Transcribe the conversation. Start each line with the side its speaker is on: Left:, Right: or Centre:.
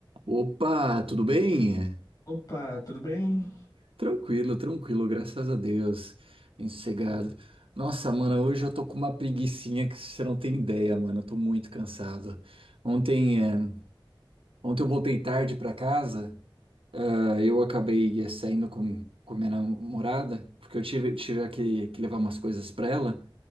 Right: Opa, tudo bem?
Left: Opa, tudo bem?
Right: Tranquilo, tranquilo, graças a Deus. Bem sossegado. Nossa, mano, hoje eu tô com uma preguicinha que você não tem ideia, mano. Eu tô muito cansado. Ontem, é, ontem eu voltei tarde pra casa. ah, eu acabei eh, saindo com, com minha namorada, porque eu tive, tive que, que levar umas coisas para ela,